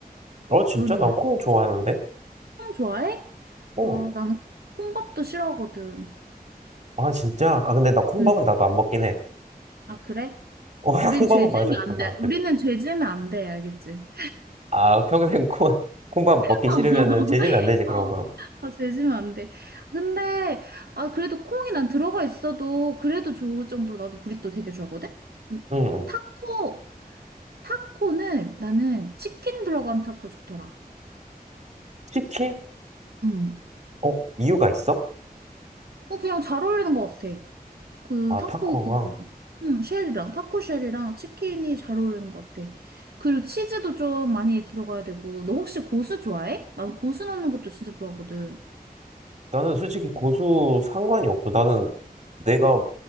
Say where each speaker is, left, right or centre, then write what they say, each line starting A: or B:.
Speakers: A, on the right; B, on the right.
A: 너 진짜?
B: 넌 좋아해?
A: 나 콩 좋아하는데?
B: 콩 좋아해?
A: 어.
B: 어, 난 콩밥도 싫어하거든.
A: 아, 진짜? 아, 근데 나 콩밥은
B: 응.
A: 나도 안 먹긴 해.
B: 아, 그래?
A: 어, <laughs>
B: 우린
A: 콩밥은
B: 죄 지으면
A: 맛이 없어,
B: 안
A: 나한테.
B: 돼. 우리는 죄 지으면 안 돼, 알겠지?
A: 아, 평생 콩, 콩밥 먹기
B: <laughs>
A: 싫으면은 재재면 안 되지, 그런
B: 어,
A: 거럼.
B: 아, 재지면 안 돼. 근데, 아, 그래도 콩이 난 들어가 있어도 그래도 좋을 정도로 나도 브리또 되게 좋아하거든? 그럼
A: 응, 응.
B: 타코, 타코는 나는 치킨 들어간 타코 좋더라.
A: 치킨?
B: 음.
A: 어, 이유가 있어?
B: 어, 그냥 잘 어울리는 것 같아. 그
A: 아,
B: 타코
A: 타코가.
B: 그거. 응, 쉘이랑, 타코 쉘이랑 치킨이 잘 어울리는 것 같아. 그리고 치즈도 좀 많이 들어가야 되고. 너 혹시 고수 좋아해? 난 고수 넣는 것도 진짜 좋아하거든.
A: 나는 솔직히 고수 상관이 없어. 나는 내가